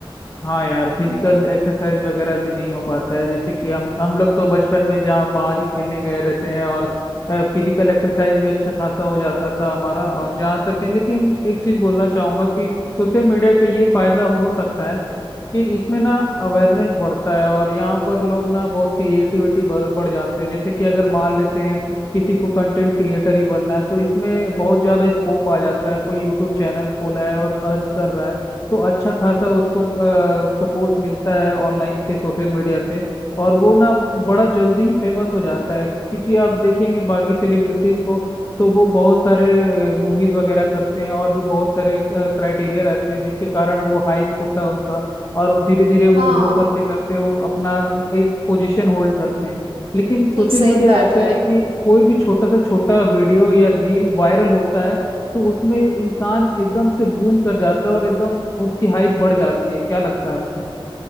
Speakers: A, on the left; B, on the right.
A: हाँ यार फिजिकल
B: हम्म
A: एक्सरसाइज वगैरह भी नहीं हो पाता है जैसे कि हम हम लोग तो बचपन में जहाँ बाहर ही खेलने गए रहते हैं और फिजिकल एक्सरसाइज भी अच्छा खासा हो जाता था हमारा और जहाँ तक है लेकिन एक चीज बोलना चाहूंगा कि सोशल मीडिया का ये फायदा हो सकता है कि इसमें ना अवेयरनेस बढ़ता है और यहाँ पर लोग ना बहुत क्रिएटिविटी बढ़ बढ़ जाते हैं जैसे कि अगर मान लेते हैं किसी को कंटेंट क्रिएटर ही बनना है तो इसमें बहुत ज़्यादा स्कोप आ जाता है कोई यूट्यूब चैनल खोला है और अर्न कर रहा है तो अच्छा खासा उसको सपोर्ट मिलता है ऑनलाइन से सोशल मीडिया से और वो ना बड़ा जल्दी ही फेमस हो जाता है क्योंकि आप देखेंगे बाकी सेलिब्रिटीज को तो वो बहुत सारे मूवीज वगैरह करते हैं और भी बहुत सारे क्राइटेरिया रहते हैं जिसके कारण वो हाइप होता है उनका और धीरे धीरे वो
B: हाँ
A: ग्रो करते करते वो अपना एक पोजीशन होल्ड करते हैं लेकिन सोशल
B: नहीं सही
A: मीडिया
B: बात
A: ऐसा
B: है
A: है कि कोई भी छोटा से छोटा वीडियो या रील वायरल होता है तो उसमें इंसान एकदम से बूम कर जाता है और एकदम उसकी हाइप बढ़ जाती है क्या लगता है आपको